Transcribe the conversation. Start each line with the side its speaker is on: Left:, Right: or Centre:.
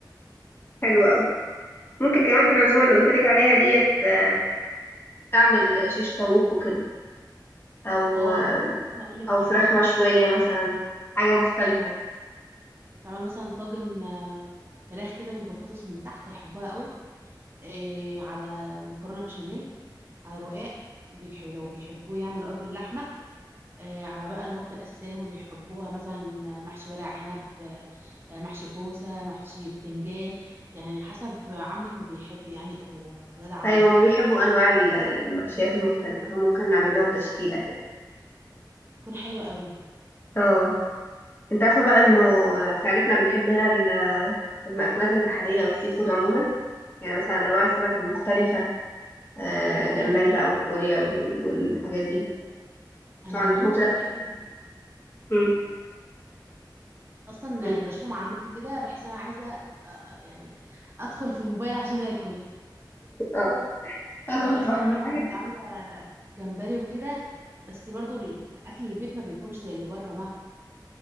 Left: حلو قوي ممكن كمان في العزومه اللي قلت لك عليها ديت آه، اعمل شيش طاووق وكده او
Right: اه
Left: آه،
Right: كنت لسه هقول لك
Left: او
Right: اصلا
Left: فراخ مشويه مثلا حاجه مختلفه
Right: اه تعمل مثلا طاجن آم، فراخ كده بالبطاطس من تحت هيحبوها قوي آه، على مكرونه بشاميل على رقاق بيحب لو بيحبوه يعني رقاق باللحمه آه، على بقى الوجبة الأساسية اللي هم بيحبوها مثلا آه، محشي ورق عنب آه، آه، محشي كوسة محشي بتنجان يعني حسب عمك ما بيحب يعني أو ولاد عمك
Left: ايوه هما
Right: وكده
Left: بيحبوا انواع ال- المحشيات المختلفه فممكن نعمل لهم تشكيله
Right: اه
Left: كده
Right: تكون حلوة قوي
Left: اه انت عارفه بقى انه آه، في عيلتنا بنحب هنا ال- المأكولات البحريه والسي فود عموما يعني مثلا انواع السمك المختلفه آه،
Right: وأنا
Left: جمبري
Right: كمان
Left: بقى وكابوريا وال- والحاجات دي انتوا
Right: أنا
Left: عندكم
Right: بموت
Left: كده
Right: في الأكل
Left: مم.
Right: أصلا
Left: بت...
Right: يعني بشوفهم على النت كده بحس أنا عايزة آه، آه، يعني أدخل في الموبايل <laughs> عشان آكل
Left: اه انا
Right: لو
Left: برضه
Right: آخر
Left: بحب
Right: مرة
Left: الحاجات
Right: كنت
Left: دي
Right: عاملة جمبري وكده بس برضو الأكل البيت ما بيكونش زي اللي بره مهما